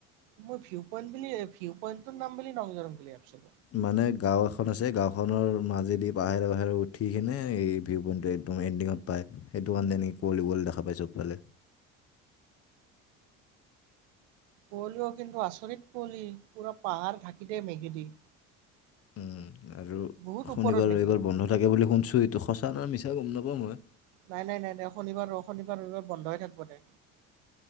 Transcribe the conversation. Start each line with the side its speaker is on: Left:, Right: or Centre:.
Right: মই ভিউ পইণ্ট বুলি ভিউ পইণ্টৰ নাম বুলি নংজৰং বুলি ভাব চিলো।
Left: মানে গাঁও এখন আছে গাঁওখনৰ মাজেদি পাহেৰে পাহৰে উঠি কিনে এই ভিউ পইণ্ট একদম এণ্ডিঙত পায় সেইটো কাৰণে নেকি কুঁৱলি কুৱলি দেখা পায় চবফালে।
Right: কুঁৱলিও কিন্তু আচৰিত কুঁৱলি পুৰা পাহাৰ ঢাকি দ মেঘেদি।
Left: উম। আৰু
Right: বহুত
Left: শনিবাৰ
Right: ওপৰত নেকি?
Left: এইবাৰ বন্ধ থাকে বুলি শুনছো এইটো সঁচা ন মি। সেয়া গম নাপাওঁ মই
Right: নাই নাই নাই দে শনিবাৰ ৰ শনিবাৰ ৰবিবাৰ বন্ধ হৈ থাকিব দে